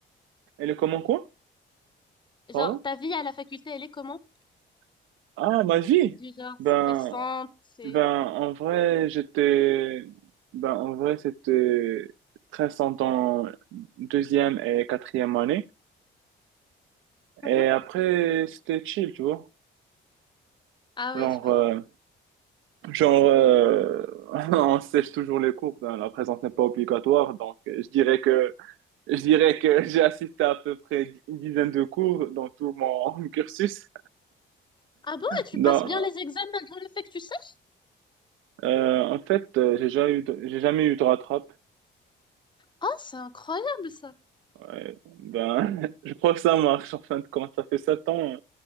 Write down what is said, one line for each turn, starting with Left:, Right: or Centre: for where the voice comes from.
Right: Elle est comment quoi? Pardon?
Left: Genre, ta vie à la faculté, elle est comment?
Right: Ah, ma vie!
Left: Du genre
Right: Ben,
Left: stressante, c'est...
Right: Ben, en vrai, j'étais, ben, en vrai, c'était très centre en deuxième et quatrième année.
Left: Mhm.
Right: Et après, c'était chill, tu vois.
Left: Ah
Right: Genre,
Left: ouais, je vois.
Right: euh, genre, euh, <laughs> on sèche toujours les cours, ben, la présence n'est pas obligatoire. Donc, euh, je dirais que, je dirais que <laughs> j'ai assisté à peu près une dizaine de cours dans tout mon <laughs> cursus.
Left: Ah bon, et tu
Right: Donc,
Left: passes bien les examens malgré le fait que tu sèches?
Right: euh, en fait, euh, j'ai jamais eu de, j'ai jamais eu de rattrape.
Left: Ah, c'est incroyable, ça.
Right: Ouais, ben, <laughs> je crois que ça marche en fin de compte. Ça fait 7 ans,